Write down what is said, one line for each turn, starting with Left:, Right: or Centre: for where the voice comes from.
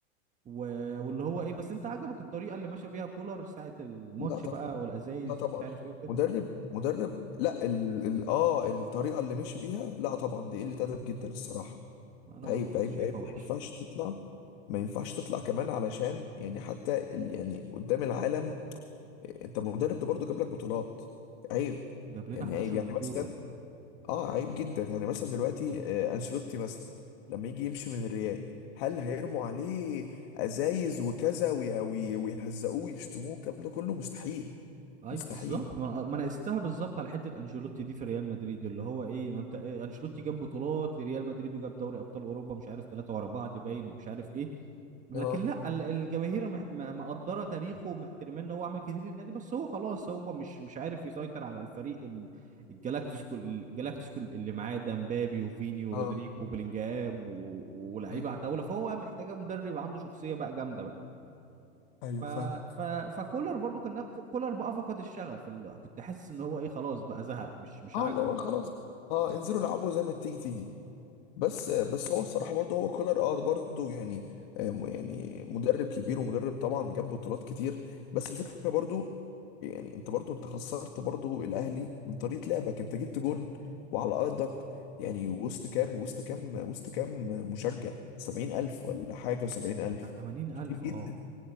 Right: و... واللي هو ايه بس انت عجبك الطريقه اللي ماشى بيها كولر ساعه الماتش
Left: لا طبعا
Right: بقى والازايز
Left: لا طبعا
Right: ومش عارف ايه وكده
Left: مدرب مدرب لا ال... ال... اه الطريقه اللي مشي بيها لا طبعا دي قله ادب جدا الصراحه
Right: ما انا
Left: صح
Right: برضو
Left: عيب
Right: كنت
Left: عيب
Right: شايفها
Left: عيب
Right: وحش
Left: ما ينفعش تطلع ما ينفعش تطلع كمان علشان يعني حتى ال... يعني قدام العالم انت مدرب ده برضه جاب لك بطولات عيب
Right: جاب لنا
Left: يعني
Right: 11
Left: عيب يعني
Right: بطوله
Left: مثلا اه عيب جدا يعني مثلا دلوقتي آه انشيلوتي مثلا لما يجي يمشي من الريال هل هيرموا عليه ازايز وكذا وي... وي... ويهزقوه ويشتموه الكلام ده كله مستحيل
Right: اي
Left: مستحيل
Right: بالظبط ما ما انا قستها بالظبط على حته انشيلوتي دي في ريال مدريد اللي هو ايه ما انت إيه انشيلوتي جاب بطولات لريال مدريد وجاب دوري ابطال اوروبا مش عارف ثلاثه ورا بعض باين ومش عارف ايه لكن
Left: اه
Right: لا ال- الجماهير مح- م- مقدره تاريخه ومحترمين ان هو عمل كتير للنادي بس هو خلاص هو مش مش عارف يسيطر على الفريق ال- الجلاكتيكو الجلاكتيكو اللي معاه ده مبابي وفيني ورودريجو
Left: اه
Right: وبلينجهام و- و- ولاعيبه
Left: ايوه
Right: عتاوله فهو بقى محتاجه مدرب عنده شخصيه بقى جامده
Left: ايوه
Right: ف...
Left: فاهمك
Right: ف... فكولر برضو كان كولر بقى فقد الشغف ال... كنت حاسس ان هو ايه خلاص بقى زهق مش مش
Left: اه
Right: عاجبه
Left: اللي هو
Right: بقى
Left: خلاص اه انزلوا العبوا زي ما تيجي تيجي بس بس هو الصراحه برضه هو كولر اه برضه يعني آه، م- يعني مدرب كبير ومدرب طبعا جاب بطولات كتير بس الفكره برضه يعني انت برضه انت خسرت برضه الاهلي من طريقه لعبك انت جبت جون وعلى ارضك يعني وسط كام وسط كام وسط كام مشجع 70000 ولا حاجه و70000
Right: طب بتاع 80000
Left: كتير جدا
Right: اه